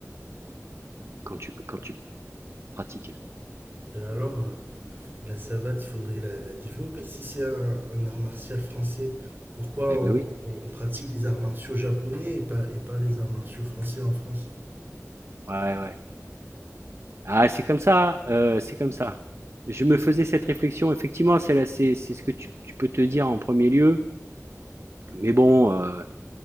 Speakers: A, on the right (about 55°); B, on the right (about 40°).
A: quand tu, quand tu pratiques.
B: Mais alors, euh, La savate, il faudrait la, la développer si c'est un, un art martial français. Pourquoi
A: Eh
B: on,
A: ben oui.
B: on- on pratique les arts martiaux japonais et pas, et pas les arts martiaux français en France?
A: Ouais, ouais. Ah, c'est comme ça, euh, c'est comme ça. Je me
B: Mm.
A: faisais cette réflexion. Effectivement, c'est là, c'est, c'est ce que tu, tu peux te dire en premier lieu. Mais bon, euh,